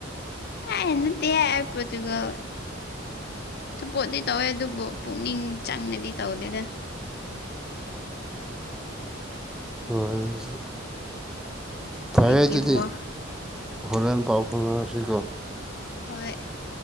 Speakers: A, on the left; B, in the centre.
A: ꯍꯦ ꯅꯠꯇꯦꯍꯦ ꯑꯩ ꯄꯣꯔꯇꯣꯀꯥꯜ ꯁꯨꯄꯣꯠꯇꯗꯤ ꯇꯧꯋꯦ ꯑꯗꯨꯕꯨ ꯄꯨꯛꯅꯤꯡ ꯆꯪꯅꯗꯤ ꯇꯧꯗꯦꯗ
B: ꯋꯥꯔꯤꯁꯦ ꯐꯔꯦꯗꯨꯗꯤ
A: ꯑꯩꯒꯤ ꯋꯥ
B: ꯍꯣꯔꯦꯟ ꯄꯥꯎ ꯐꯪꯅꯔꯁꯤꯀꯣ
A: ꯍꯣꯏ